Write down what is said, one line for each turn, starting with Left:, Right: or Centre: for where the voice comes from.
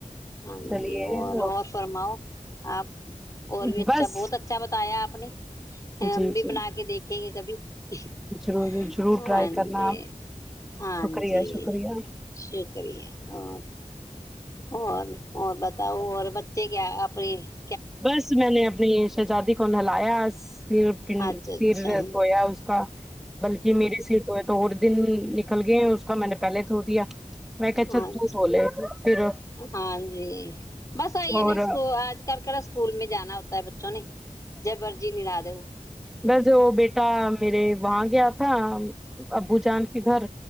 Left: ہاں
Centre: چلیے
Left: جی اور اور فرماؤ آپ اور
Centre: بس
Left: بھی اچھا بہت اچھا بتایا آپ ا
Centre: جی
Left: امبی
Centre: جی
Left: بنا کے دیکھ <unintelligible> رھیں گے کبھی <unintelligible>
Centre: ضرور ضرور
Left: ہاں
Centre: ٹرائی کرنا
Left: جی
Centre: آپ
Left: ہاں
Centre: شکریہ
Left: جی
Centre: شکریہ
Left: شکریہ ہ اور اور بتاؤ اور بچے کیا <unintelligible> آپری <unintelligible>
Centre: بس میں نے اپنی <unintelligible> شہزادی کون ہلاایا رن
Left: اچھا اچھا
Centre: سر دھویا اس کا بلکہ میرے سر دھویا تو اور دن نکل گئے ہیں اس کا میں نے پہلے دھو دیا میں کہ چل
Left: اچھا
Centre: تو دھو لے پھر
Left: ہاں جی بس آئی ہے
Centre: اور
Left: ن سکول آج <unintelligible> کر کر اسکول میں جانا ہوتا <unintelligible> تا بچوں نہیں ج مرضی نہیں لا د وہ <unintelligible>
Centre: بس وہ بیٹا <unintelligible> میرے وہاں گیا تھا ابو جان کے گھر